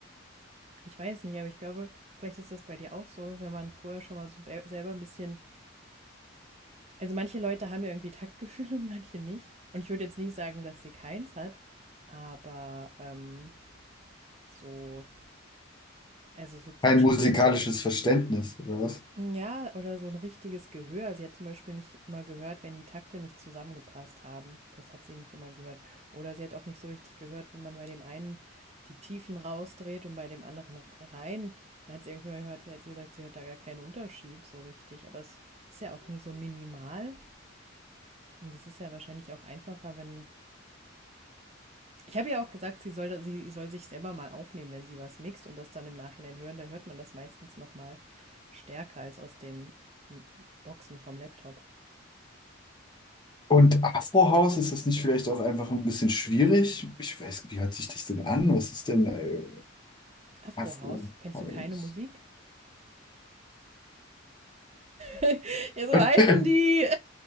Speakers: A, on the right (about 30°); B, on the left (about 20°).
A: ich weiß nicht, aber ich glaube, vielleicht ist das bei dir auch so, wenn man vorher schon mal so selber ein bisschen Also manche Leute haben ja irgendwie Taktgefühl <laughs> und manche nicht. Und ich würde jetzt nicht sagen, dass sie keins hat, aber ähm, so, also so zu
B: Kein
A: checken.
B: musikalisches Verständnis, oder was?
A: Ja, oder so ein richtiges Gehör. Sie hat zum Beispiel nicht immer gehört, wenn die Takte nicht zusammengepasst haben. Das hat sie nicht immer gehört. Oder sie hat auch nicht so richtig gehört, wenn man bei dem einen die Tiefen rausdreht und bei dem anderen rein. Da hat sie irgendwie manchmal hat sie jetzt gesagt, sie hört da gar keinen Unterschied so richtig. Aber es ist ja auch nur so minimal. Und das ist ja wahrscheinlich auch einfacher, wenn Ich habe ja auch gesagt, sie soll, sie soll sich selber mal aufnehmen, wenn sie was mixt und das dann im Nachhinein hören. Da hört man das meistens noch mal stärker als aus den Boxen vom Laptop.
B: Und Afrohaus, ist das nicht vielleicht auch einfach ein bisschen schwierig? Ich weiß, wie hört sich das denn an? Was ist denn äh,
A: Afrohaus,
B: Afrohaus?
A: kennst du keine Musik? <laughs> ja, so
B: <laughs>
A: heißen die.